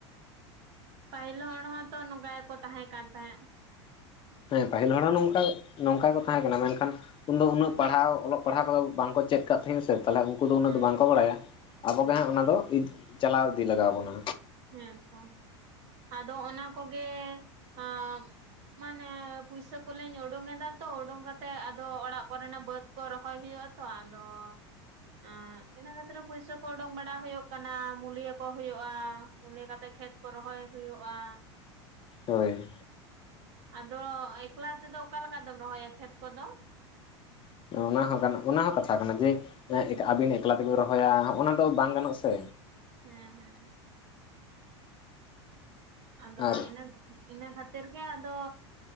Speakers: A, on the right; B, on the left.
A: ᱯᱟᱦᱤᱞ ᱦᱚᱲ ᱦᱚᱸ ᱛᱚ ᱱᱚᱝᱠᱟ ᱜᱮᱠᱚ ᱛᱟᱦᱮᱸ ᱠᱟᱱ ᱛᱟᱦᱮᱸᱜ᱾
B: ᱦᱮᱸ ᱯᱟᱦᱤᱞ ᱦᱚᱲ ᱦᱚᱸ ᱱᱚᱝᱠᱟᱼᱼ ᱱᱚᱝᱠᱟ ᱜᱮ ᱠᱚ ᱛᱟᱦᱮᱸ ᱠᱟᱱᱟ ᱢᱮᱱᱠᱷᱟᱱ ᱩᱱ ᱫᱚ ᱩᱱᱟᱹᱜ
A: ᱦᱮᱸ
B: ᱯᱟᱲᱦᱟᱣ ᱚᱞᱚᱜ ᱯᱟᱲᱦᱟᱣ ᱠᱚᱫᱚ ᱵᱟᱝ ᱠᱚ ᱪᱮᱫ ᱠᱟᱜ ᱛᱮᱦᱮᱸᱥ᱾ ᱥᱮ ᱛᱟᱦᱚᱞᱮ ᱩᱱᱠᱩ ᱫᱚ
A: ᱦᱮᱸ
B: ᱩᱱᱟᱹᱜ ᱫᱚ ᱵᱟᱝ ᱠᱚ ᱵᱟᱲᱟᱭᱟ᱾ ᱟᱵᱚ
A: ᱦᱮᱸ
B: ᱜᱮ ᱦᱟᱸᱜ ᱚᱱᱟ ᱫᱚ ᱪᱟᱞᱟᱣ ᱤᱫᱤ ᱞᱟᱜᱟᱣ ᱵᱚᱱᱟ᱾
A: ᱦᱮᱸ ᱛᱚ, ᱟᱫᱚ ᱚᱱᱟ ᱠᱚ ᱜᱮ ᱚᱢ ᱼᱼ ᱢᱟᱱᱮ ᱯᱩᱭᱥᱟᱹ ᱠᱚᱞᱤᱧ ᱩᱰᱩᱚᱝ ᱮᱫᱟ ᱛᱚ ᱩᱰᱩᱝ ᱠᱟᱛᱮᱜ ᱟᱫᱚ ᱚᱲᱟᱜ ᱠᱚᱨᱮ ᱱᱟᱜ ᱵᱟᱹᱛᱼᱼ ᱠᱚ ᱨᱚᱦᱚᱭ ᱦᱩᱭᱩᱜ-ᱟ ᱛᱚ ᱟᱫᱚᱼᱼ ᱟᱸᱻᱤᱱᱟᱹ ᱠᱷᱟᱹᱛᱤᱨ ᱯᱩᱭᱥᱟᱹ ᱠᱚ ᱚᱰᱩᱚᱝ ᱵᱟᱲᱟ ᱦᱩᱭᱩᱜ ᱠᱟᱱᱟ, ᱢᱩᱞᱭᱟᱹ ᱠᱚ ᱦ ᱦᱩᱭᱩᱜ-ᱟ᱾ ᱯᱚᱞᱮ‌ ᱠᱟᱛᱮᱜ ᱠᱷᱮᱛ ᱠᱚ ᱨᱚᱦᱚᱭ ᱦᱩᱭᱩᱜ-ᱟ᱾
B: ᱦᱳᱭ᱾
A: ᱟᱫᱚ ᱮᱠᱞᱟ ᱛᱮᱫᱚ ᱚᱠᱟ ᱞᱮᱠᱟ ᱫᱚᱢ ᱨᱚᱦᱚᱭᱟ ᱠᱷᱮᱛ ᱠᱚᱫᱚ?
B: ᱚᱻᱚᱱᱟ ᱦᱚᱸ ᱜᱟᱱᱚᱜ-ᱟ ᱚᱱᱟ ᱦᱚᱸ ᱠᱟᱛᱷᱟ ᱠᱟᱱᱟ ᱡᱮ ᱮᱸᱜ ᱟᱵᱤᱱ ᱮᱠᱞᱟ ᱛᱮᱵᱤᱱ ᱨᱚᱦᱚᱭᱟ ᱦᱚᱸ ᱚᱱᱟ ᱫᱚ ᱵᱟᱝ ᱜᱟᱱᱚᱜ ᱥᱮ᱾
A: ᱦᱮᱸ ᱦᱮᱸ᱾ ᱟᱫᱚ
B: ᱟᱨ
A: ᱤᱱᱟᱹ, ᱤᱱᱟᱹ ᱠᱷᱟᱹᱛᱤᱨ ᱜᱮ ᱟᱫᱚᱼᱼ